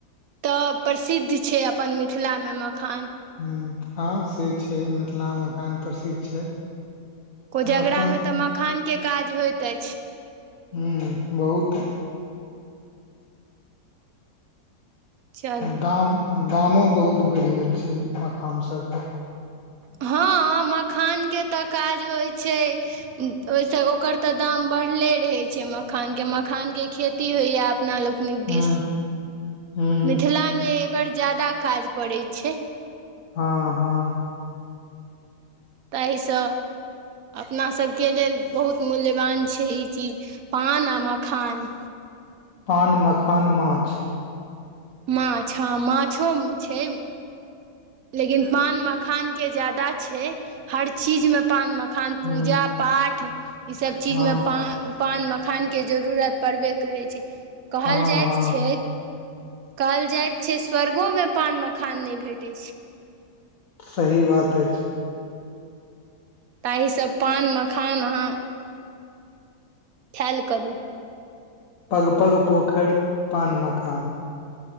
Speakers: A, on the right (about 60°); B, on the left (about 55°).
A: तऽ प्रसिद्ध छै अपन मिथिलामे मखान।
B: हूँ हँ से छै मिथिला मखान प्रसिद्ध छै।
A: कोजेगरामे
B: आ अपन
A: तऽ मखानके काज होइत अछि।
B: हूँ बहुत।
A: चलू
B: दाम दामो बहुत बढ़ि गेल छै मखान सबके।
A: हँ मखानके तऽ काज होइ छै। ओइसँ ओकर तऽ दाम बढ़ले रहै छै मखानके मखानके खेती होइए अपना लोक। नीक
B: हूं
A: दिस
B: हूं
A: मिथिलामे एकर ज्यादा काज पड़ै छै।
B: हँ हँ।
A: तहिस अपनासभके लेल बहुत मूल्यवान छै ई चीज पान आ मखान।
B: पान, मखान, माछ।
A: माछ हँ माछो छै। लेकिन पान मखानके जादा छै। हर चीजमे पान मखान
B: हूं
A: पूजा पाठ ईसभ चीजमे
B: हां
A: पान- पान मखानके जरूरत पड़बे करै छै। कहल
B: हां-हां
A: जाइत छैक कहल जाइत छै स्वर्गोमे पान मखान नै भेटै छै।
B: सही बात ए।
A: ताहिसँ पान मखान अहाँ खेल करू।
B: पग- पग पोखैर पान मखान।